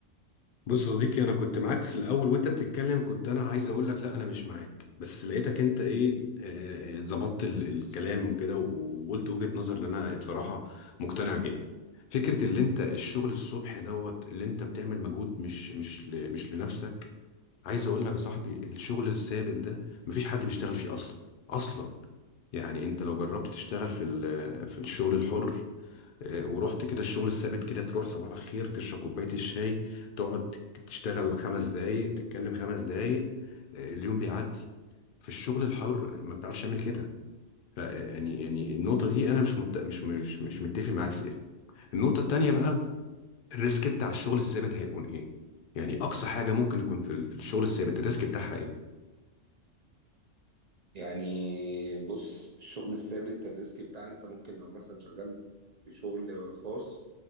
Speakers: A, on the left; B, on the right.
A: بص يا صديقي انا كنت معاك في الاول وانت بتتكلم كنت انا عايز اقول لك لا انا مش معاك بس لقيتك انت ايه آه، ظبطت ال- الكلام وكده و- وقلت وجهة نظر اللي انا بصراحة مقتنع بيها فكرة اللي انت الشغل الصبح دوت اللي انت بتعمل مجهود مش مش ل- مش لنفسك عايز اقول لك يا صاحبي الشغل الثابت ده مفيش حد بيشتغل فيه اصلا اصلا يعني انت لو جربت تشتغل في ال- في الشغل الحر آه، ورحت كده الشغل الثابت كده تروح صباح الخير تشرب كوباية الشاي تقعد تشتغل خمس دقايق تتكلم خمس دقايق آه، اليوم بيعدي في الشغل الحر ما بتعرفش تعمل كده ف- آه، يعني يعني النقطة دي أنا مش مت... مش مش مش متفق معاك فيها النقطة التانية بقى الريسك بتاع الشغل الثابت هيكون إيه؟ يعني أقصى حاجة ممكن يكون في, ال- في الشغل الثابت الريسك بتاعها إيه؟
B: يعني بص الشغل الثابت الريسك بتاع انت ممكن لو مثلا شغال في شغل خاص